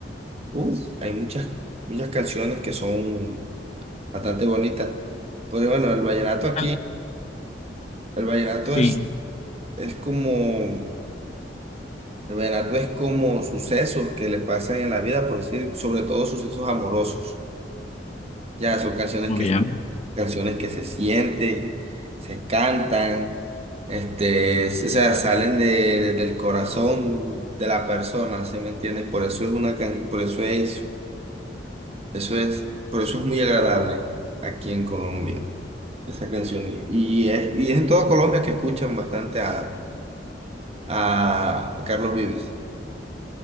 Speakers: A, on the right (about 35°); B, on the left (about 35°).
A: Uf, hay muchas, muchas canciones que son bastante bonitas. Pero bueno, el vallenato aquí...
B: Ah,
A: El vallenato
B: Sí,
A: es Es como, el vallenato es como sucesos que le pasan en la vida, por decir, sobre todo sucesos amorosos. Ya son canciones
B: muy
A: que,
B: bien.
A: canciones que se sienten, se cantan, este, s- o sea, salen de, de- del corazón de la persona, ¿sí me entiendes? Por eso es una, can- por eso es, eso es, por eso es muy agradable aquí en Colombia, esa canción. Y y es, y es en toda Colombia que escuchan bastante a, a a Carlos Vives.